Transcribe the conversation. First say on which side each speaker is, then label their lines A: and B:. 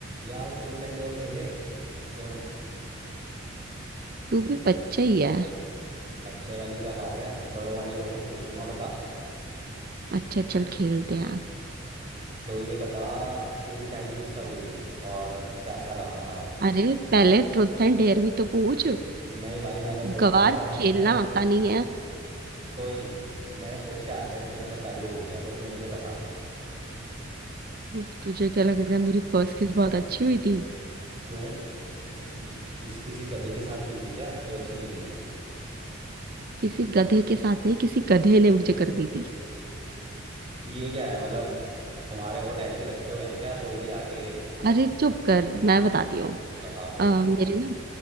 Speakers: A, on the right; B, on the right.
A: यार ट्रूथ एंड डेयर खेले दोनों
B: तू भी बच्चा ही है
A: बच्चे वाली क्या बात है बड़ों वाले क्वेश्चन पूछूंगा बता
B: अच्छा चल खेलते हैं
A: तो ये बता तेरी पहली किस कब हुई थी और कैसा रहा था
B: अरे पहले ट्रुथ एंड डेयर भी तो पूछ
A: नहीं भाई मैंने सोच
B: गवार
A: के आया था
B: खेलना
A: नहीं
B: आता नहीं है
A: कोई नहीं मैंने सोच के आया था इसलिए मैंने पहले ही बोल दिया तो तू मुझे बता
B: हम्म, तुझे क्या लग रहा है मेरी फर्स्ट किस बहुत अच्छी हुई थी
A: क्यों कि, किस किसी गधे के साथ की थी क्या जो अच्छी नहीं हुई थी
B: किसी गधे के साथ नहीं किसी गधे ने मुझे कर दी थी
A: ये क्या है मतलब तुम्हारे होठ ऐसे ही रखे हुए हैं क्या कोई भी आके
B: अरे चुप कर मैं बताती हूँ
A: बता फिर
B: अ, मेरे ना